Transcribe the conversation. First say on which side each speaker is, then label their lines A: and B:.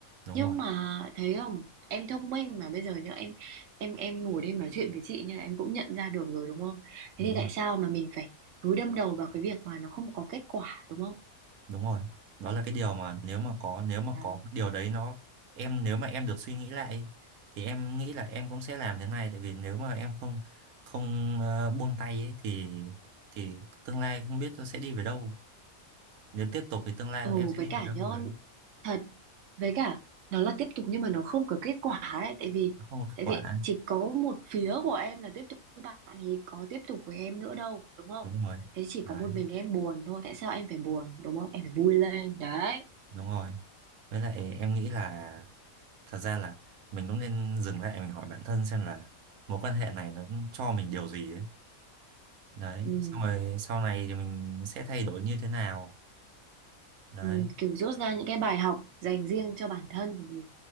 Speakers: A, on the right (about 85°); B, on the right (about 65°).
A: đúng
B: nhưng
A: rồi
B: mà thấy không em thông minh mà bây giờ nhá em em em ngồi đây nói chuyện với chị nên là em cũng nhận ra được rồi đúng không
A: đúng
B: thế thì
A: rồi
B: tại sao mà mình phải cứ đâm đầu vào cái việc mà nó không có kết quả đúng không
A: đúng rồi đó là cái điều mà nếu mà có nếu mà
B: đấy
A: có cái điều đấy nó em nếu mà em được suy nghĩ lại thì em nghĩ là em cũng sẽ làm thế này tại vì nếu mà em không không ờ, buông tay ấy thì thì tương lai không biết nó sẽ đi về đâu nếu tiếp tục thì tương lai
B: Ừ
A: em sẽ
B: với
A: đi
B: cả
A: về đâu
B: nhớ
A: đấy
B: thật với cả nó là tiếp tục nhưng mà nó không có kết quả ấy tại vì
A: nó không có kết
B: tại
A: quả
B: vì chỉ có một phía của em là tiếp tục với bạn thì có tiếp tục với em nữa đâu đúng không
A: đúng rồi
B: thế chỉ
A: đấy
B: có một mình em buồn thôi tại sao em phải buồn đúng không em phải vui lên đấy
A: đúng rồi với lại em nghĩ là thật ra là mình cũng nên dừng lại mình hỏi bản thân xem là mối quan hệ này nó cho mình điều gì ấy đấy
B: ừ.
A: xong rồi sau này thì mình sẽ thay đổi như thế nào đấy
B: ừ, kiểu rút ra những cái bài học dành riêng cho bản thân của mình